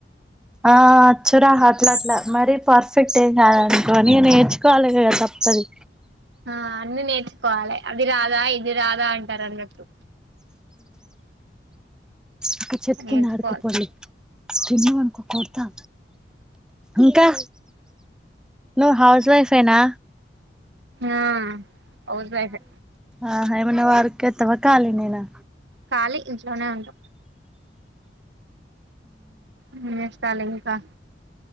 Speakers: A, in the centre; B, on the right.
A: ఆ అచ్చురా అట్లట్ల మరీ పర్ఫెక్ట్ ఎం కాదనుకో నేర్చుకోవాలి గదా తప్పదు
B: ఆ అన్ని నేర్చుకోవాలి అది రాదా ఇది రాదా అంటారు అన్నట్టు
A: అక్కడ చెట్టు
B: నేర్చుకోవాలి
A: కింద ఆడుకోపొండి తిన్నవనుకో కొడతా ఇంకా నువ్ హౌస్ వైఫ్ ఎనా
B: ఆ హౌస్ వైఫె
A: ఆహ ఎమన్నా వర్క్ చెత్తవ కాలినేనా
B: ఖాళీ ఇంట్లోనే ఉంటాం ఎం చేస్తాల్ ఇంకా